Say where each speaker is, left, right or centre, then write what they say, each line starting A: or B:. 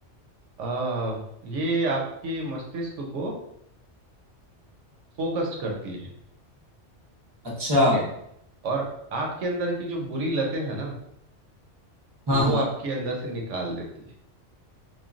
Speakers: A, on the right; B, on the right.
A: आ, ये आपके मस्तिष्क को फोकस्ड करती है
B: अच्छा
A: ठीक है और आपके अंदर की जो बुरी लतें हैं ना
B: हाँ
A: वो
B: हाँ
A: आपके अंदर से निकाल देती है